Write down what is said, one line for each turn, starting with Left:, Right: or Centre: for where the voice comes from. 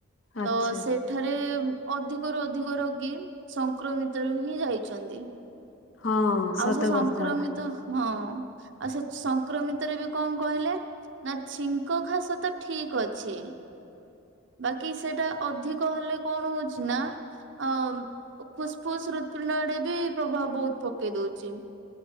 Left: ଆଚ୍ଛା
Right: ତ ସେଠାରେ ଅଧିକରୁ ଅଧିକ ରୋଗୀ ସଂକ୍ରମିତ ରୁ ହିଁ ଯାଇଛନ୍ତି।
Left: ହଁ
Right: ଆଉ
Left: ସତ
Right: ସେ ସଂକ୍ରମିତ
Left: କଥା
Right: ହଁ ଆଉ ସେ ସଂକ୍ରମିତରେ ବି କଣ କହିଲେ ନା ଛିଙ୍କ ଖାସ ତ ଠିକ ଅଛି। ବାକି ସେଟା ଅଧିକ ହେଲେ କଣ ହଉଚି ନା ଆଁ ଫୁସ୍ଫୁସ୍ ହୃତପିଣ୍ଡ ଆଡେ ବି ପ୍ରଭାବ ବହୁତ ପ କେଇଦଉଚି